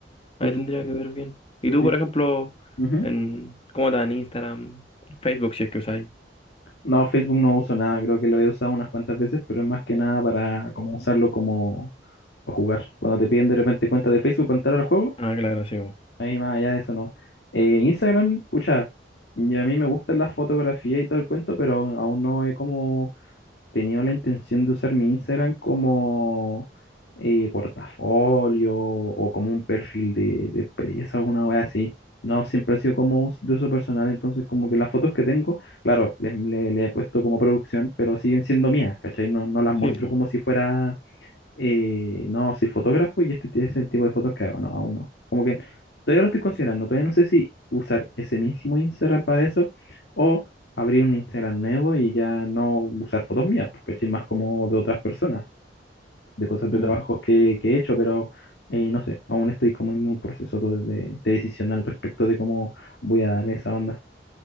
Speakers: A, on the left; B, on the left.
A: Ahí
B: Entonces,
A: tendría que ver bien. Y
B: entonces
A: tú, por
B: sí.
A: ejemplo,
B: Ujú.
A: en, ¿cómo estás en Instagram, Facebook, si es que usáis?
B: No, Facebook no uso nada, creo que lo he usado unas cuantas veces, pero es más que nada para como usarlo como para jugar. Cuando te piden de repente cuenta de Facebook para entrar al juego,
A: Ah, claro, sí. po.
B: ahí más allá de eso no. Eh, Instagram, pucha, y a mí me gustan las fotografías y todo el cuento, pero aún no he como Tenía la intención de usar mi Instagram como eh, portafolio o como un perfil de, de empresa, alguna wea así. No, siempre ha sido como us- de uso personal, entonces como que las fotos que tengo, claro, le, le- le he puesto como producción, pero siguen siendo mías, ¿cachai? No, no las muestro
A: Sí,
B: como si fuera y no, soy fotógrafo y este es el tipo de fotos que hago, no, aún no. Como que todavía lo estoy considerando, todavía no sé si usar ese mismo Instagram para eso o abrir un Instagram nuevo y ya no usar fotos mías, porque estoy más como de otras personas, de cosas
A: pues.
B: de trabajo que, que he hecho, pero eh, no sé, aún estoy como en un proceso de, de- de decisión al respecto de cómo voy a darle esa onda.